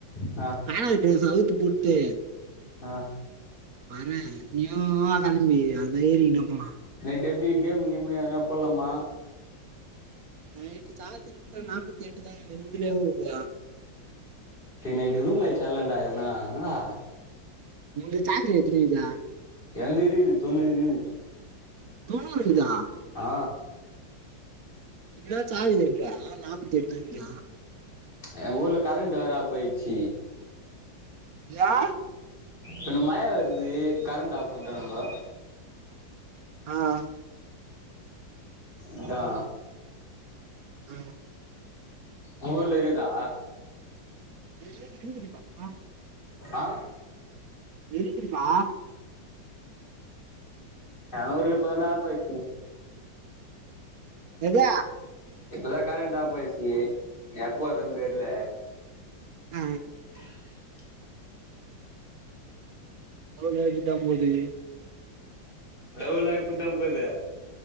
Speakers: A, on the left; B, on the right.
A: அ
B: ஆனா ட்ரெஸ் அவுத்து போட்டு
A: அ
B: வறே நீயு வா களம்பி அந்த ஏரி கிட்ட போலா
A: நைட் எப்டி கேம் கீமு எதனா போட்லாமா
B: நைட்டு் சார்ஜ் இன்னு நாற்பத்தெட்டு தா கீது உந்து இவ்ளோ கீதோ
A: எ நைட்டுக்கு ரூம் மேட்ச் ஆட்லாண்டா எதனா இன்னடா
B: உந்து சார்ஜ் எத்தினி கீது
A: எந்து இருக்குது தொண்ணுரு கீது
B: தொண்ணுரு ருக்குதா
A: ஆ
B: இன்னு சார்ஜ் இருக்குடா நாற்பத்தெட்டுஇருக்குடா
A: எ ஊர்ல கரண்ட் வேற போயிச்சி
B: யா
A: ரெண்டு மழ வருது கரண்ட் ஆப் பண்டாணுங்கோ
B: அ
A: இதா
B: அ
A: உங்க ஊர்ல இருக்குதா
B: <unintelligible>
A: அ
B: இருக்குது மா
A: ஏ ஊர்ல இப்ப தா டா ஆப் ஆயிச்சி
B: எது
A: இப்பதா கரண்டா ஆப் ஆயிச்சி எப்போ வரு தெர்ல
B: அ
A: ஆ <unintelligible>
B: லவ்வெல்லா இப்டிதா போது
A: லவ்வெல்லா இப்டி தா போது